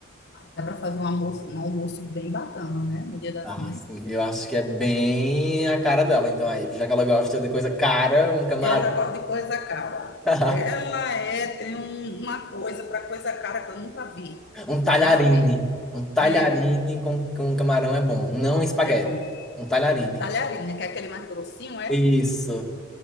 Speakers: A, on the left; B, in the centre.
A: Dá para fazer um almoço, um almoço bem bacana, né? No Dia das
B: Ah,
A: Mães.
B: sim, eu acho que é bem a cara dela. Então aí, já que ela gosta de coisa cara, um camarão
A: Ela gosta de coisa cara.
B: <laughs>
A: Ela é, tem um- uma coisa para coisa cara que eu nunca vi,
B: Um talharine.
A: sabe?
B: Um talharine
A: É,
B: com, com camarão é bom. Não espaguete.
A: é bom.
B: Um talharine.
A: Talharina, que é aquele mais grossinho, é?
B: Isso.